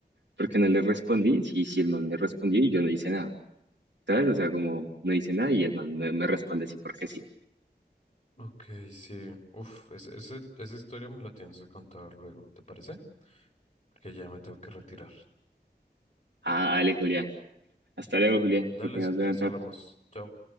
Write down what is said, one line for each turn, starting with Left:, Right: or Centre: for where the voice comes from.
Right: porque no le respondí, sí, sí, el man me respondió y yo no hice nada. ¿sabes? O sea, como no dice nada y el man me, me responde así porque sí.
Left: Ok, sí. Uf, ese- ese- esa historia me la tienes que contar luego, ¿te parece? Que ya me tengo que retirar.
Right: Ah, dale, Julián. Hasta luego, Julián.
Left: Dale,
Right: Que tengas
Left: si quieres
Right: buena tarde.
Left: hablamos. Chao.